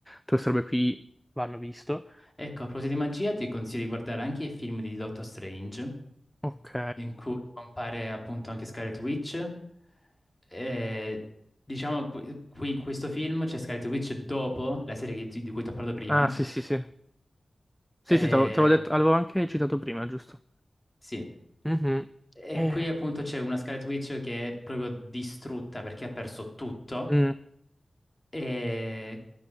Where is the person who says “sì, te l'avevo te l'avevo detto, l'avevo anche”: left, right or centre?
Centre